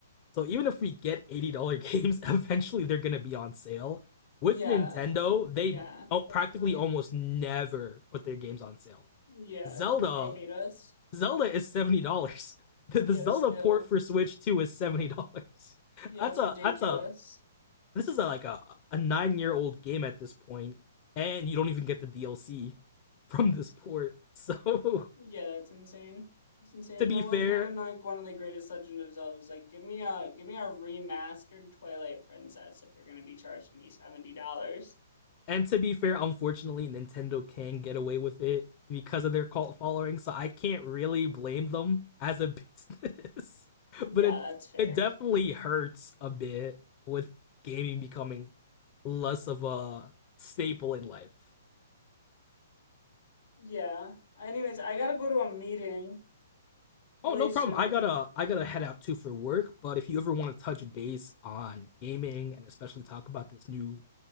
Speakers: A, on the left; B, on the left.
A: So even if we get $80 <laughs> games, eventually they're going to be on sale. With
B: Yeah,
A: Nintendo, they
B: yeah,
A: oh, practically
B: definitely.
A: almost never put their games on sale.
B: Yeah,
A: Zelda,
B: because they hate us.
A: Zelda is $70. <laughs> The,
B: Yeah,
A: the Zelda
B: still.
A: port for Switch 2 is $70. <laughs>
B: Yeah,
A: That's
B: it's
A: a
B: ridiculous.
A: that's a this is a, like a a 9-year-old game at this point and you don't even get the DLC from this port. <laughs> So
B: Yeah, it's insane. It's insane,
A: to
B: and
A: be
B: it wasn't
A: fair,
B: even like one of the greatest Legend of Zeldas. It was like, give me a give me a remastered Twilight Princess if you're gonna be charging me seventy dollars.
A: And to be fair, unfortunately, Nintendo can get away with it because of their cult following, so I can't really blame them as a business. <laughs>
B: Yeah,
A: but it
B: that's fair.
A: it definitely hurts a bit with gaming becoming less of a staple in life.
B: Yeah. Anyways, I gotta go to a meeting really
A: Oh, no
B: soon.
A: problem. I gotta I gotta head out too for work, but if you ever want to touch base on gaming and especially talk about this new